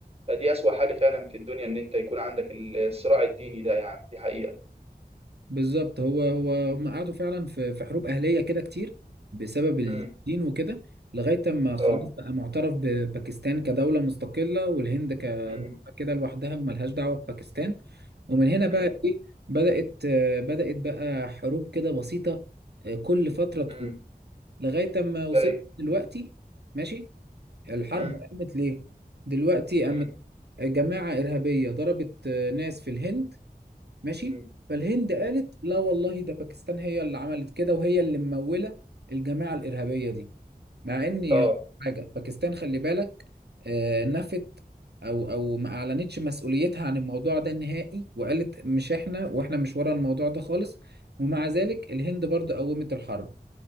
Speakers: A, on the right; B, on the right.
A: فدي اسوأ حاجه فعلا في الدنيا ان انت يكون عندك الصراع الديني ده يعني دي حقيقه
B: بالظبط هو هو هم قعدوا فعلا في في حروب أهلية كده كتير بسبب الدين
A: امم
B: وكده لغاية ما خلاص
A: اه
B: بقى معترف بباكستان كدولة مستقلة والهند كدولة
A: امم
B: كده لوحدها وملهاش دعوة بباكستان ومن هنا بقى
A: امم
B: إيه بدأت آه، بدأت بقى حروب كده بسيطة آه، كل فترة تقوم
A: امم
B: لغاية ما وصلت
A: لا
B: دلوقتي ماشي الحرب
A: امم
B: قامت ليه؟ دلوقتي قامت
A: امم
B: جماعة إرهابية ضربت آه، ناس في الهند ماشي
A: امم
B: فالهند قالت لا والله ده باكستان هي اللي عملت كده وهي اللي ممولة الجماعة الإرهابية دي مع إني
A: اه
B: هقول حاجة باكستان خلي بالك آه، نفت أو أو ما أعلنتش مسؤوليتها عن الموضوع ده نهائي وقالت مش إحنا وإحنا مش ورا الموضوع ده خالص ومع ذلك الهند برضه قومت الحرب